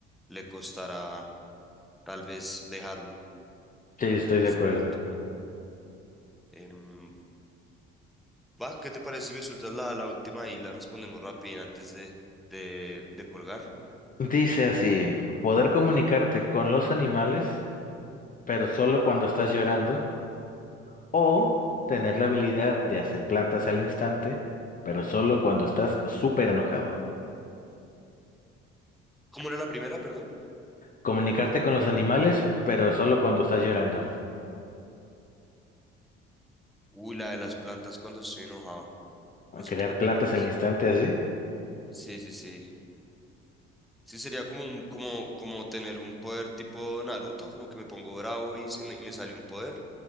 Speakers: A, in the centre; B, on the left.
A: le costará tal vez dejarlo.
B: sí, estoy
A: Pero pues
B: de acuerdo.
A: de momento no. Em, va, ¿qué te parece si me sueltas la, la última y la respondemos rápido antes de, de, de colgar?
B: Dice así, poder comunicarte con los animales, pero solo cuando estás llorando, o tener la habilidad de hacer plantas al instante, pero solo cuando estás súper enojado.
A: ¿Cómo era la primera, perdón?
B: Comunicarte con los animales, pero solo cuando estás llorando.
A: Uy, la de las plantas cuando estoy enojado. No sé
B: Crear
A: tú qué prefieras.
B: plantas al instante así.
A: Sí, sí, sí. Sí, sería como, un- como, como tener un poder tipo Naruto, como que me pongo bravo y, se me, y me sale un poder.